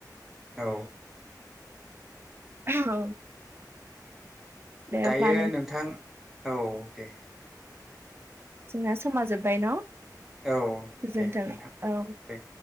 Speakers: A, in the centre; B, on the right.
A: औ
B: औ दे होमबा
A: दायो नोंथां औ दे
B: जोंना समा जोब्बाय न'
A: औ
B: गोजोन्थों
A: दे नोंथां
B: औ
A: दे